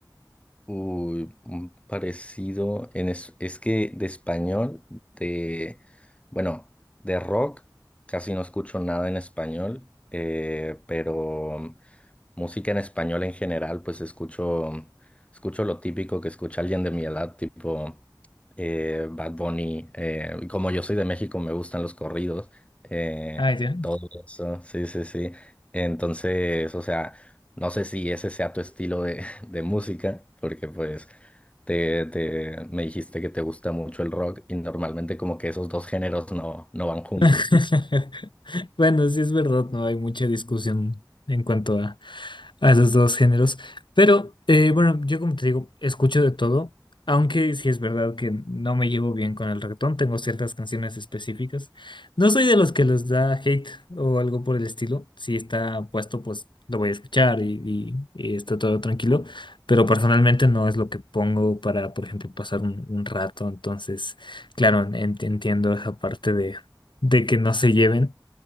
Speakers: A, on the left; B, on the left.
A: Uy, un parecido en es, es que de español, de, bueno, de rock, casi no escucho nada en español, eh, pero Música en español en general, pues escucho, escucho lo típico que escucha alguien de mi edad, tipo eh, Bad Bunny. eh, y como yo soy de México, me gustan los corridos, eh,
B: Ah, ya.
A: todo eso, sí, sí, sí. Entonces, o sea, no sé si ese sea tu estilo de, de música, porque pues te, te, me dijiste que te gusta mucho el rock y normalmente como que esos dos géneros no, no van juntos.
B: <laughs> Bueno, sí es verdad, no hay mucha discusión en cuanto a, a esos dos géneros, pero eh, bueno, yo como te digo, escucho de todo, aunque sí es verdad que no me llevo bien con el reggaetón, tengo ciertas canciones específicas. No soy de los que les da hate o algo por el estilo, si está puesto pues lo voy a escuchar y, y- y está todo tranquilo, pero personalmente no es lo que pongo para, por ejemplo, pasar un un rato, entonces... Claro, en- entiendo esa parte de que no se lleven.